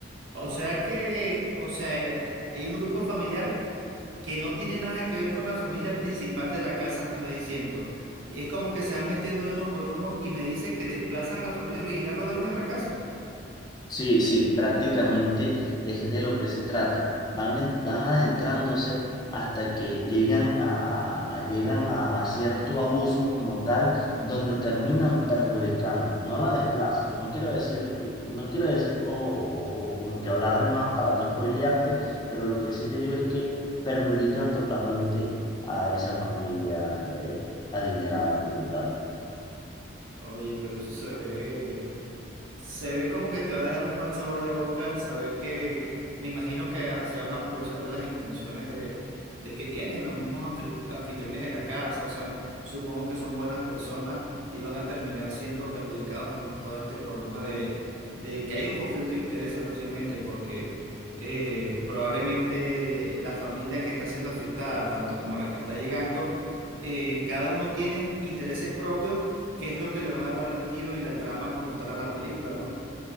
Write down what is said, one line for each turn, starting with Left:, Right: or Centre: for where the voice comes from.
Right: O sea que, o sea, eh, hay un grupo familiar que no tiene nada que ver con la familia principal de la casa, me estás diciendo. Y es como que se van metiendo de uno por uno y me dices que desplazan a la familia original los dueños de la casa.
Left: Sí, sí, prácticamente es de lo que se trata. Van, en- van adentrándose hasta que llegan a, a- a- a- llegan a, a cierto abuso como tal, donde terminan perjudicando, no la desplazan. No quiero decir, no quiero decir o, o- o como que hablar de más para no spoilearte, pero lo que sí te digo es que perjudican totalmente a esa familia eh, adinerada como tal.
Right: Oye, pero eso se ve. Se ve como que te va a dejar un mal sabor de boca al saber que me imagino que ah, se van a aprovechar de las intenciones de, de que tienen los mismos anfitri- anfitriones de la casa. O sea, supongo que son buenas personas y van a terminar siendo perjudicados en todo este problema de, de que hay un conflicto de intereses básicamente porque eh, probablemente la familia que está siendo afectada, tanto como la que está llegando, eh, cada uno tiene intereses propios que es lo que le van a dar el giro y la trama como tal a la película, ¿no?